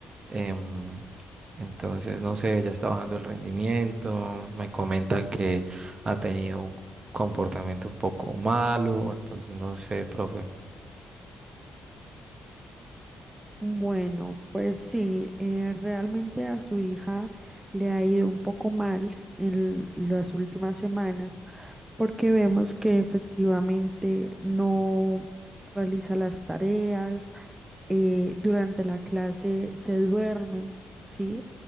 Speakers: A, on the right; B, on the right.
A: Em, entonces, no sé, ya está bajando el rendimiento, me comentan que ha tenido un comportamiento un poco malo, entonces no sé, profe.
B: Bueno, pues sí, eh, realmente a su hija le ha ido un poco mal en las últimas semanas porque vemos que efectivamente no realiza las tareas eh, durante la clase se duerme, ¿sí?